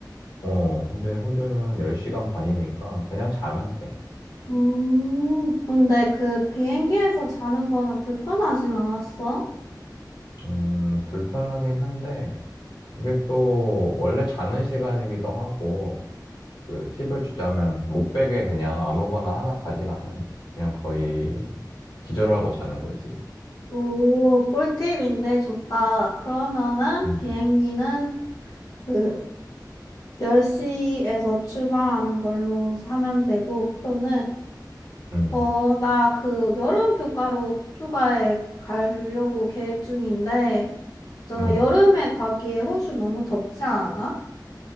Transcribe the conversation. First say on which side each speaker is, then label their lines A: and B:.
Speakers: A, on the left (about 80°); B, on the left (about 55°).
A: 어, 근데 호주는 10시간 반이니까 그냥 자면 돼.
B: 음. 근데 그 비행기에서 자는 거는 불편하진 않았어?
A: 음, 불편하긴 한데, 그게 또 원래 자는 시간이기도 하고, 그 팁을 주자면 목베개 그냥 아무거나 하나 가져가면 그냥 거의 기절하고 자는 거지.
B: 오, 꿀팁인데 좋다. 그러면은
A: 음,
B: 비행기는 그 10시에서 출발하는 걸로 사면 되고, 표는
A: 음,
B: 어, 나 그 여름 휴가로 휴가에 가려고 계획 중인데, 있잖아,
A: 음,
B: 여름에 가기에 호주 너무 덥지 않아?